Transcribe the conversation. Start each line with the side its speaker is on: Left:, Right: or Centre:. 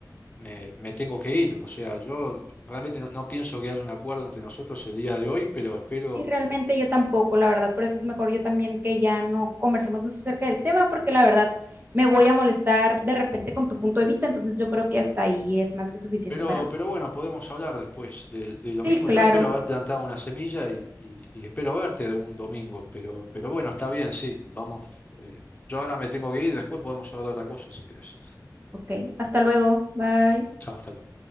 Left: me, me tengo que ir, o sea, yo realmente no, no pienso que haya un acuerdo entre nosotros el día de hoy, pero espero,
Right: Y realmente yo tampoco, la verdad, por eso es mejor yo también que ya no conversemos más acerca del tema, porque la verdad me voy a molestar de repente con tu punto de vista, entonces yo creo que hasta ahí es más que suficiente
Left: pero,
Right: para mí.
Left: pero bueno, podemos hablar después de, de
Right: Sí,
Left: lo mismo.
Right: claro.
Left: Yo espero haber plantado una semilla y, y- y espero verte algún domingo, pero, pero bueno, está bien, sí, vamos. eh, yo ahora me tengo que ir, después podemos hablar de otra cosa si querés.
Right: Ok, hasta luego. Bye.
Left: Chao, hasta luego.